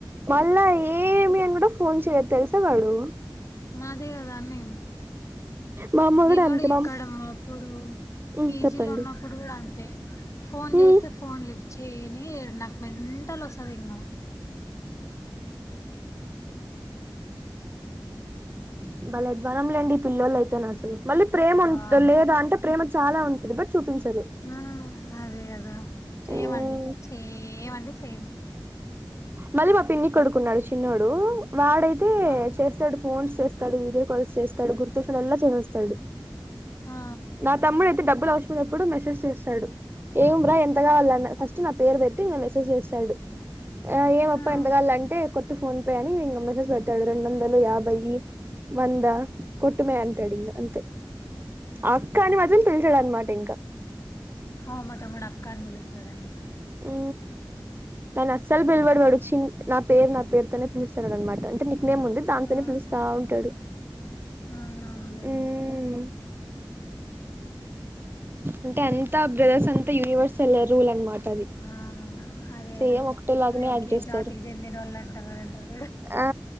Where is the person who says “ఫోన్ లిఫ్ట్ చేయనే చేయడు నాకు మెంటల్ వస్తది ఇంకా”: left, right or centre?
Left